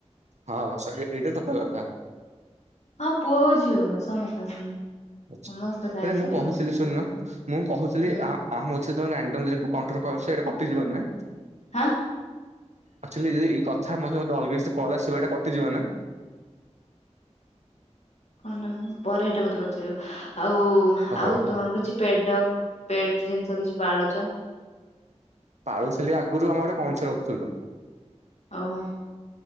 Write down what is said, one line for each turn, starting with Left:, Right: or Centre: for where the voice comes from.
Right: ହଁ ସ ଏଇଟା ସତ କଥା।
Left: ହଁ ପୁଅ ହଉ ଝିଅ ହେଉ ସମସ୍ତେ ଆସନ୍ତି।
Right: ଆଛା,
Left: ସମସ୍ତେ ସାହାଯ୍ୟ
Right: ଆରେ ମୁଁ
Left: କରିବାକୁ
Right: କହୁଥିଲି
Left: ଆସିବେ।
Right: ଶୁଣୁନ ମୁଁ କହୁଥିଲି
Left: ହୁଁ
Right: ଆହା ଆମ <unintelligible> କଣ୍ଟ୍ରୋଲ କର ସେଟା କଟିଯିବ ନା।
Left: ହାଁ?
Right: ଆକ୍ଚୁଆଲି ଯଦି ଏଇ କଥା ମଝିରେ ଯଦି ଅଲଗା କିଛିଟା କଲ୍ ଆସିବ ଏଇଟା କଟିଯିବ ନା?
Left: କଣଟା ପରେ ଏଇଟା ମତେ ପଚାରିବ, ଆଉ
Right: ହଉ
Left: ଆଉ ତମର କିଛି ପେଟ୍ ଡଗ୍ ପେଟ୍ ଜିନିଷ କିଛି ପାଳୁଛ?
Right: ପାଳୁଥିଲି ଆଗରୁ ଆମର ଗୋଟେ କଇଁଛ ରଖୁଥିଲୁ।
Left: ଓହୋଃ।